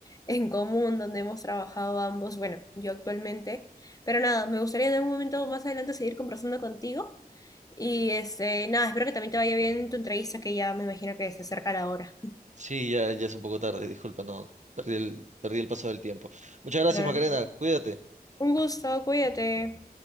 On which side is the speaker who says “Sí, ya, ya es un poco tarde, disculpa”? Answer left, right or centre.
Right